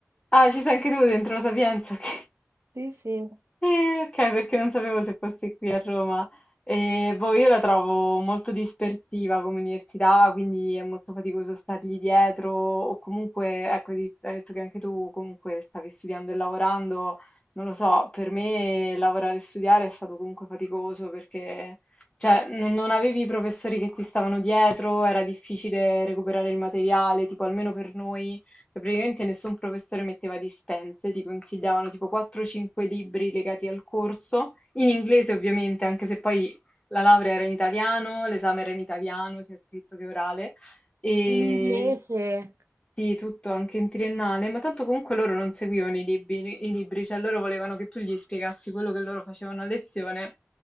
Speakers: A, on the left (about 25°); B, on the right (about 65°).
A: Ah, ci sei anche tu dentro la Sapienza, ok.
B: Sì, sì.
A: Eh, ok, perché non sapevo se fossi qui a Roma. Eh, boh, io la trovo molto dispersiva come università, quindi è molto faticoso stargli dietro, o comunque, ecco, di- hai detto che anche tu comunque stavi studiando e lavorando, non lo so, per me lavorare e studiare è stato comunque faticoso perché, cioè, non non avevi i professori che ti stavano dietro, era difficile recuperare il materiale, tipo almeno per noi. Cioè, praticamente nessun professore metteva dispense, ti consigliavano tipo 4-5 libri legati al corso, in inglese ovviamente, anche se poi la laurea era in italiano, l'esame era in italiano, sia scritto che orale, e
B: In inglese,
A: sì, tutto anche in triennale, ma tanto comunque loro non seguivano i libri, i libri, cioè loro volevano che tu gli spiegassi quello che loro facevano a lezione,